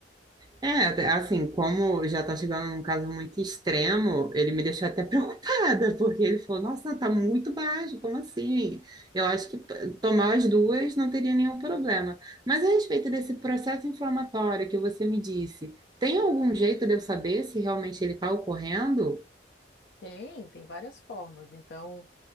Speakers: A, on the right; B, on the left.
A: É, até- assim, como já tá chegando num caso muito extremo, ele me deixou até <laughs> preocupada, porque ele falou, nossa, tá muito baixo, como assim? Eu acho que p- tomar as duas não teria nenhum problema. Mas a respeito desse processo inflamatório que você me disse, tem algum jeito de eu saber se realmente ele tá ocorrendo?
B: Tem, tem várias formas. Então.